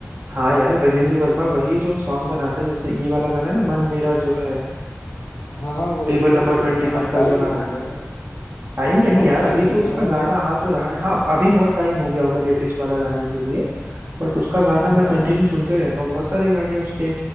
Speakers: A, on the right (about 50°); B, on the left (about 85°).
A: हाँ यार गजेंद्र वर्मा वही जो सॉन्ग बनाता है जैसे ये वाला गाना है ना मन मेरा जो है
B: हाँ हाँ वही
A: टेबल
B: तो
A: नंबर ट्वेंटी
B: बहुत
A: वन
B: टाइम
A: का जो गाना
B: हो
A: है
B: गया
A: टाइम नहीं
B: बहुत
A: यार
B: टाइम
A: अभी
B: हो
A: तो
B: गया
A: उसका
B: मतलब
A: गाना आ तो रहा है हाँ अभी बहुत टाइम हो गया होगा लेटेस्ट वाला लाने के लिए बट उसका गाना मैं
B: हाँ
A: कंटिन्यू सुनते रहता हूँ बहुत सारे गाने उसके